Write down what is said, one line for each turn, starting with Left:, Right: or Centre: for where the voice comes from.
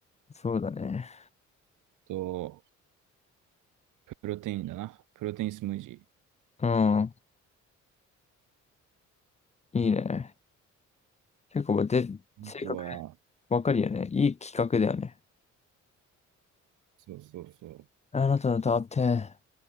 Left: そうだね。
Right: と、プロテインだな。プロテインスムージ
Left: うん。いいね。結構で、
Right: ー。
Left: 性格
Right: あとは、
Left: わかるよね。いい企画だよね。
Right: そうそうそう。
Left: あなたのトップ1